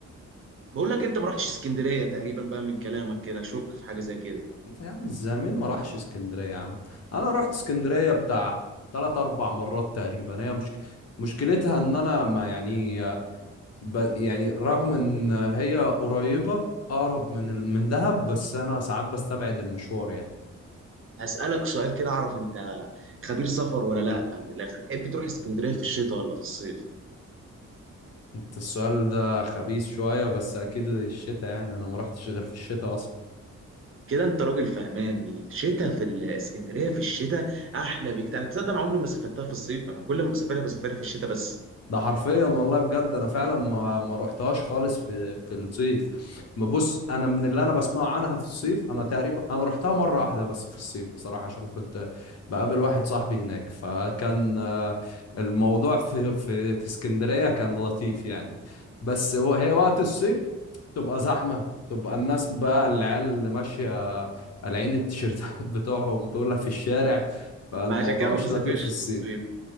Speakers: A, on the right; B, on the left.
A: بقول لك انت ما رحتش اسكندريه تقريبا بقى من كلامك كده اشك في حاجه زي كده
B: طيب يا عم ازاي مين ما راحش اسكندريه يا عم انا رحت اسكندريه بتاع ثلاث اربع مرات تقريبا هي مش مشكلتها ان انا ما يعني ب... يعني رغم ان هي قريبه اقرب من ال- من دهب بس انا ساعات بستبعد المشوار يعني
A: هسالك سؤال كده اعرف انت خبير سفر ولا لا من الاخر تحب تروح اسكندريه في الشتاء ولا في الصيف
B: انت السؤال ده خبيث شويه بس اكيد الشتاء يعني انا ما رحتش غير في الشتاء اصلا
A: كده انت راجل فهمان الشتاء في الاسكندريه في الشتاء احلى بكتير انا تصدق انا عمري ما سافرتها في الصيف انا كل ما بسافرها بسافرها في الشتاء بس
B: ده حرفيا والله بجد انا فعلا ما ما رحتهاش خالص في في الصيف بص انا من اللي انا بسمعه عنها في الصيف انا تقريبا انا رحتها مره واحده بس في الصيف بصراحه عشان كنت بقابل واحد صاحبي هناك فكان آه، الموضوع في في في اسكندريه كان لطيف يعني بس هو هي وقت الصيف تبقى زحمه تبقى الناس بقى العيال اللي ماشيه قالعين التيشيرتات <laughs> بتوعهم دول في الشارع فالموضوع
A: ما عشان كده ما
B: مش
A: بسافرش
B: لطيف في الصيف
A: في الصيف